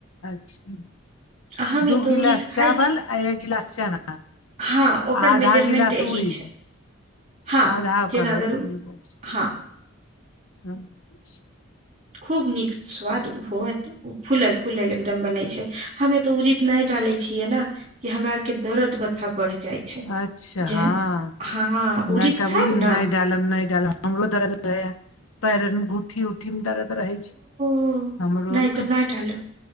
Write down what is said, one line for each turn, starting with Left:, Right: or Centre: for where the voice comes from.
Left: अचछा
Right: आ हमे
Left: दू
Right: तऽ
Left: गिलास
Right: उड़ीद खाइ
Left: चावल
Right: छी
Left: आ एक गिलास चना
Right: हँ ओकर
Left: आधा
Right: मेजरमेंट
Left: गिलास
Right: यही
Left: उड़ीद
Right: छै हँ
Left: आधा ओकर
Right: जेना
Left: <unintelligible>
Right: अगर उ- हँ खूब नीक स्वाद होएत फूलल फूलल एकदम बनै छै हमे तऽ उरीद नय डालै छियै नऽ कि हमरा आर केँ दर्द बथा बढ़ै जाइ छै
Left: अच्छा
Right: जेहन
Left: हँ
Right: हँ उरीद
Left: नहि तब
Right: खायब
Left: उड़ीद
Right: नऽ
Left: नहि डालब नइ डालब हमरो दर्द रहे य पैर अर मऽ घूठी उठी मे दर्द रहै छै
Right: ओ
Left: हमरो
Right: नहि
Left: आर
Right: तऽ
Left: के
Right: नहि <unintelligible>